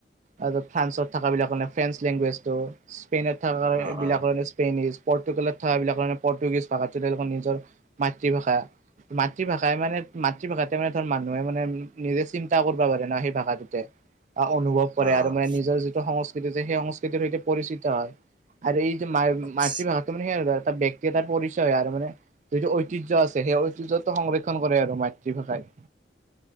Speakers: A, on the right; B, on the right.
A: আৰু ফ্ৰান্সত থকা বিলাকে ফ্ৰেঞ্চ লেংগুৱেজটো, স্পেইনত থকাৰ কাৰণে
B: অ'
A: এইবিলাকৰ
B: অ'
A: স্পেইন‌ উচ পৰ্টোগুলত থকা বিলাকৰে পৰ্টুগীজ ভাষা তেওঁলোকৰ নিজৰ মাতৃভাষা। মাতৃভাষাই মানে, মাতৃভাষাতে মানে ধৰ মানুহে মানে নিজে চিন্তা কৰিবা পাৰে ন, সেই ভাষাটোতে। অনুভৱ কৰে।
B: অ'
A: আৰু মানে নিজৰ যিটো সংস্কৃতি যে, সেই সংস্কৃতিৰ সৈতে পৰিচিত হয়। আৰু এই যে মা-মাতৃভাষাটো
B: আচ্ছা
A: মানে সেই আৰু এটা, ব্যাক্তি এটাৰ পৰিচয় আৰু মানে যিটো ঐতিহ্য আছে, সেই ঐতিহ্যটো সংৰক্ষণ কৰে আৰু মাতৃভাষাই।